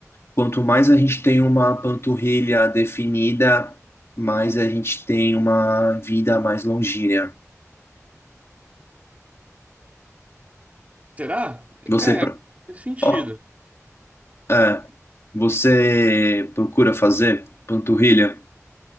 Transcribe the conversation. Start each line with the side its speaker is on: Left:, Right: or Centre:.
Left: quanto mais a gente tem uma panturrilha definida, mais a gente tem uma vida mais longínea.
Right: será?
Left: Você,
Right: É,
Left: pro-
Right: faz sentido.
Left: ó, é, você procura fazer panturrilha?